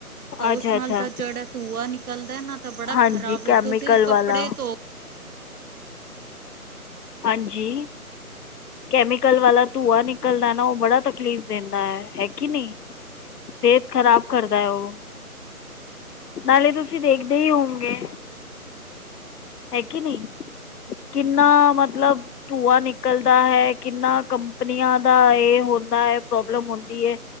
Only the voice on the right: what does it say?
ਤ ਉਸ
ਨਾਲ
ਤਾਂ ਜਿਹੜਾ ਧੂਆ ਨਿਕਲਦਾ ਨਾ ਤਾਂ ਬੜਾ
ਖ਼ਰਾਬ
ਏ ਤੁਸੀਂ ਕੱਪੜੇ
ਧੋ